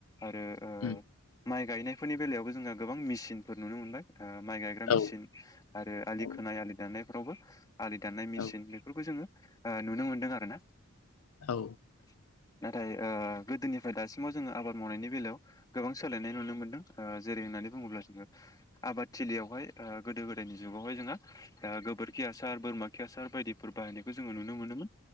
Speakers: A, on the left; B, on the left.
A: आरो ओ
B: उम
A: माइ गायनायफोरनि बेलायावबो जोंहा गोबां मेसिनफोर नुनो मोनबाय। ओ माइ गायग्रा
B: औ
A: मेसिन आरो आलि
B: औ
A: खोनाय आलि दान्नायफ्रावबो आलि दाननाय मेसिन
B: औ
A: बेफोरखौ जोङो ओ नुनो मोनदों आरो ना।
B: औ।
A: नाथाय ओ गोदोनिफ्राय दासिमाव जोङो आबाद मावनायनि बेलायाव गोबां सोलायनाय नुनो मोनदों। ओ जेरै होननानै बुङोब्ला जोङो आबाद थिलियावहाय ओ गोदो‌ गोदायनि जुगावहाय जोंहा ओ गोबोरखि हासार बोरमा खि हासार बायदिफोर बा हायनायखौ जोङो नुनो मोनोमोन।